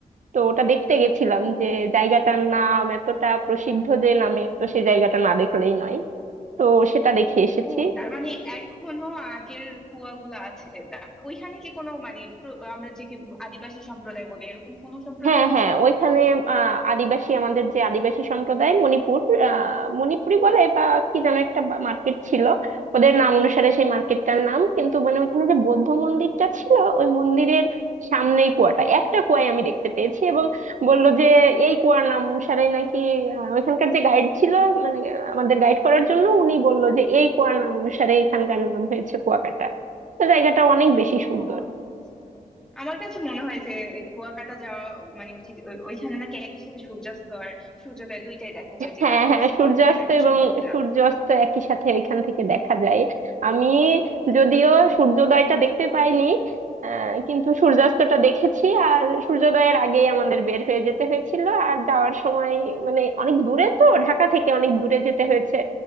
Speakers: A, on the right; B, in the centre.
A: তো ওটা দেখতে গেছিলাম যে জায়গাটার নাম এতটা প্রসিদ্ধ যে নামে তো সেই জায়গাটা না দেখলেই নয় তো সেটা দেখে এসেছি
B: ও তার মানে এখনো আগের কুয়াগুলো আছে তা ওইখানে কি কোনো মানে প্র- আমরা যে কি আদিবাসী সম্প্রদায় বলি এরকম কোনো সম্প্রদায়
A: হ্যাঁ
B: আছে
A: হ্যাঁ ওইখানে আহ আদিবাসী আমাদের যে আদিবাসী সম্প্রদায় মণিপুর আহ মণিপুরি বলে বা কি যেন একটা মার্কেট ছিল ওদের নাম অনুসারে সেই মার্কেটটার নাম কিন্তু মানে ওইখানে যে বৌদ্ধ মন্দিরটা ছিল ওই মন্দিরের সামনেই কুয়াটা একটা কুয়ায় আমি দেখতে পেয়েছি এবং বললো যে এই কুয়ার নাম অনুসারে নাকি আহ, ওইখানকার যে গাইড ছিল মানে আহ, আমাদের গাইড করার জন্য উনি বললো যে এই কুয়ার নাম অনুসারে এখানকার নাম হয়েছে কুয়াকাটা তো জায়গাটা অনেক বেশি সুন্দর
B: ও আচ্ছা। আমার কাছে মনে হয় যে এই কুয়াকাটা যাওয়া মানে উচিত ওই- ওইখানে নাকি একই সাথে সূর্যাস্ত আর সূর্যোদয় দুইটাই দেখা যায় যেটা
A: হ্যাঁ
B: কক্সবাজারে
A: হ্যাঁ সূর্যাস্ত
B: দেখা
A: এবং
B: সম্ভব
A: সূর্যাস্ত একই সাথে এখান থেকে দেখা যায় আমি যদিও সূর্যোদয়টা দেখতে পাইনি আহ, কিন্তু সূর্যাস্তটা দেখেছি আর সূর্যোদয়ের আগেই আমাদের বের হয়ে যেতে হয়েছিল আর যাওয়ার সময় মানে অনেক দূরে তো ঢাকা থেকে অনেক দূরে যেতে হয়েছে